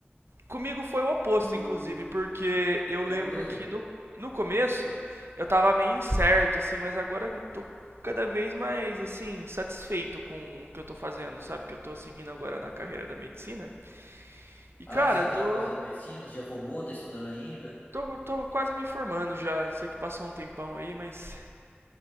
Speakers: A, on the right; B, on the left.
A: Comigo foi o oposto, inclusive, porque eu
B: É
A: lembro
B: mesmo.
A: que no, no começo eu tava meio incerto, assim, mas agora eu tô cada vez mais, assim, satisfeito com o que eu tô fazendo, sabe? Que eu tô seguindo agora na carreira da medicina. E,
B: Ah,
A: cara,
B: você já
A: eu
B: tá
A: tô,
B: fazendo medicina? Você já formou? Tá estudando ainda?
A: tô, tô quase me formando já. Sei que passou um tempão aí, mas